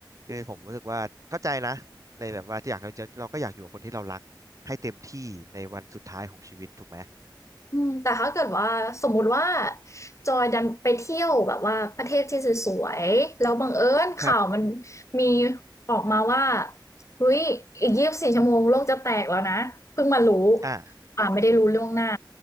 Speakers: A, on the right; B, on the left.
A: คือผมรู้สึกว่าเข้าใจนะในแบบว่าที่อยากเราจะเราก็อยากอยู่กับคนที่เรารักให้เต็มที่ในวันสุดท้ายของชีวิตถูกไหม
B: อืมแต่ถ้าเกิดว่าสมมุติว่าจอยดันไปเที่ยวแบบว่าประเทศที่สวยๆแล้วบังเอิญข่าวมัน
A: ครับ
B: มีออกมาว่าเฮ้ยอีก24ชั่วโมงโลกจะแตกแล้วนะเพิ่งมารู้
A: อ่า
B: อ่าไม่ได้รู้ล่วงหน้า